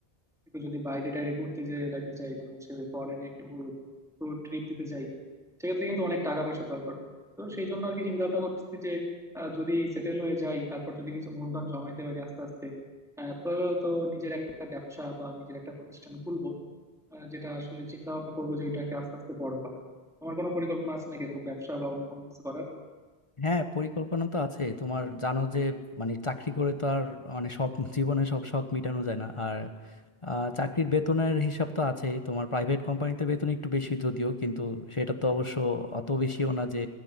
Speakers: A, in the centre; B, on the left.
A: একটু যদি বাইরে টাইরে ঘুরতে যে- যাইতে চাই মানে হচ্ছে ওই ফরেনে একটু ট্রিপ দিতে চাই সেক্ষেত্রে কিন্তু অনেক টাকা পয়সার দরকার হয় তো সেই জন্য আর কি চিন্তা ভাবনা করতেছি যে আহ, যদি সেটেল হয়ে যাই তারপর যদি কিছু মূলধন জমাইতে পারি আস্তে আস্তে আহ, তো তো নিজের একটা ব্যবসা বা নিজের একটা প্রতিষ্ঠান খুলবো আহ, যেটা আসলে চিন্তা ভাবনা করবো যে ওইটাকে আস্তে আস্তে বড় করা তোমার কোনো পরিকল্পনা আছে নাকি এরকম ব্যবসা বা অন্য কোনো কিছু করার
B: হ্যাঁ পরিকল্পনা তো আছে তোমার জানো যে মানে চাকরি করে তো আর মানে সব জীবনে সব শখ মেটানো যায় না আর আহ, চাকরির বেতনের হিসাব তো আছেই তোমার প্রাইভেট কোম্পানিতে বেতন একটু বেশি যদিও কিন্তু সেটা তো অবশ্য অত বেশিও না যে